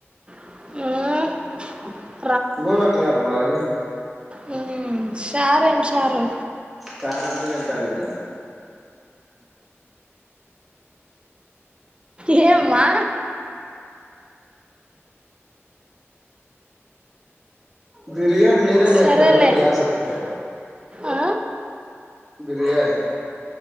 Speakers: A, on the right (about 20°); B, in the centre.
A: మ్మ్
B: ఇంకోది అట్టు తేపో మరి.
A: హ్మ్ షారేంషారు
B: కారంతో తింటాలే నేను
A: ఏం మ్మా
B: బిర్యానీ మీరే జేత్తరు
A: సరేలే
B: కదా గ్యాస్ వత్తే
A: ఆ,
B: బిర్యానీ